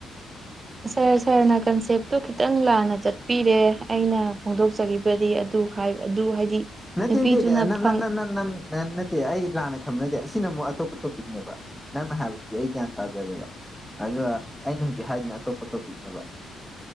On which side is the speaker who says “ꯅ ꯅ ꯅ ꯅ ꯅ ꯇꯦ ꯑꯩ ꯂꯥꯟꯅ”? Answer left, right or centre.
Centre